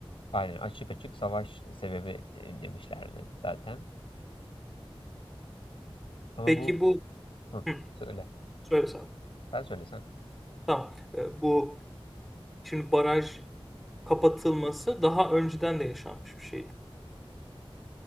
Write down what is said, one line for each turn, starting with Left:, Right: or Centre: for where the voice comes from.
Left: aynen açık açık savaş sebebi e, demişlerdi zaten. Ama
Centre: Peki
Left: bu
Centre: bu
Left: Hı,
Centre: hı,
Left: söyle.
Centre: söyle sen.
Left: Sen söylesen.
Centre: Tamam. Ee, bu şimdi baraj kapatılması daha önceden de yaşanmış bir şeydi.